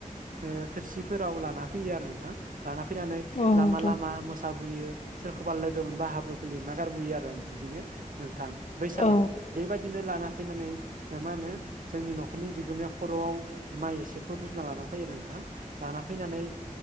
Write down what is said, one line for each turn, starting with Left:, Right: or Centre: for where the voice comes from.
Right: थोरसिफोराव लाना फैयो आरो नोंथां लाना फैनानै
Left: औ
Right: लामा
Left: नोंथां
Right: लामा मोसाबोयो सोरखौबा लोगो मोनबा हाब्रुखौ लिरना गारबोयो आरो बिदिनो नोंथां बैसानाव
Left: औ
Right: बेबायदि बिदिनो लाना फैनानै मा होनो जोंनि न'खरनि बिगोमाया खर'आव माइ एसेखौ रुजुना लाना फैयो आरो नोंथां लाना फैनानै